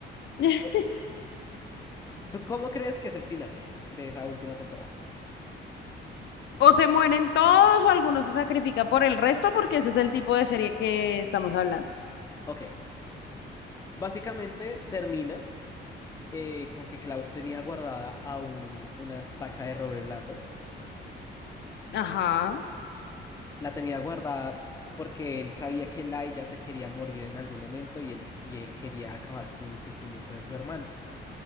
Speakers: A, on the left; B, on the left.
A: <laughs>
B: Eh, ¿Tú cómo crees que es el final de esa última temporada?
A: O se mueren todos o algunos se sacrifica por el resto porque ese es el tipo de serie que estamos hablando.
B: Ok. Básicamente termina eh, con que Klaus tenía guardada aún una estaca de roble blando.
A: Ajá.
B: La tenía guardada porque él sabía que Lai ya se quería morir en algún momento y él, y él quería acabar con el sufrimiento de su hermano.